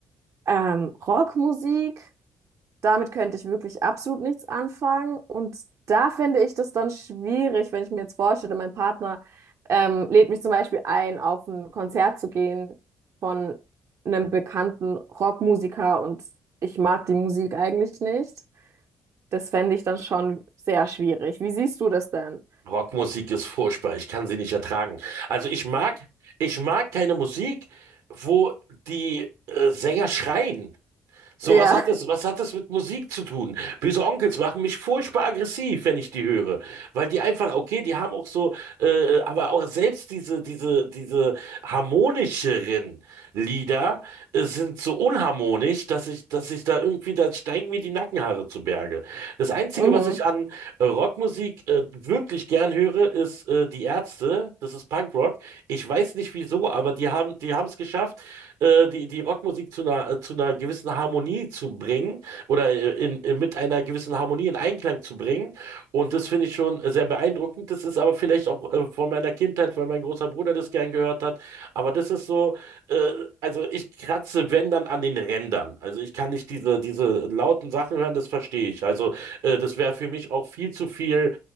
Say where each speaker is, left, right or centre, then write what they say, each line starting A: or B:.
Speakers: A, on the right; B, on the right.
A: ähm, Rockmusik. damit könnte ich wirklich absolut nichts anfangen. Und da finde ich das dann schwierig, wenn ich mir jetzt vorstelle, mein Partner ähm, lädt mich zum Beispiel ein, auf ein Konzert zu gehen von einem bekannten Rockmusiker und ich mag die Musik eigentlich nicht. Das fände ich dann schon sehr schwierig. Wie siehst du das denn?
B: Rockmusik ist furchtbar, ich kann sie nicht ertragen. Also ich mag, ich mag keine Musik, wo die äh, Sänger schreien. So,
A: Ja.
B: was hat das, was hat das mit Musik zu tun? Böse Onkels machen mich furchtbar aggressiv, wenn ich die höre. Weil die einfach, okay, die haben auch so, äh, aber auch selbst diese, diese, diese harmonischeren Lieder äh, sind so unharmonisch, dass ich, dass ich da irgendwie, da steigen mir die Nackenhaare zu Berge. Das Einzige,
A: <laughs> Mhm.
B: was ich an äh, Rockmusik äh, wirklich gern höre, ist äh, die Ärzte. Das ist Punkrock. Ich weiß nicht wieso, aber die haben, die haben es geschafft, äh, die, die Rockmusik zu einer, äh, zu einer gewissen Harmonie zu bringen oder äh, in, in, mit einer gewissen Harmonie in Einklang zu bringen. Und das finde ich schon äh, sehr beeindruckend. Das ist aber vielleicht auch äh, von meiner Kindheit, weil mein großer Bruder das gern gehört hat aber das ist so, äh, also ich kratze, wenn dann an den Rändern. Also ich kann nicht diese, diese lauten Sachen hören, das verstehe ich. Also äh, das wäre für mich auch viel zu viel,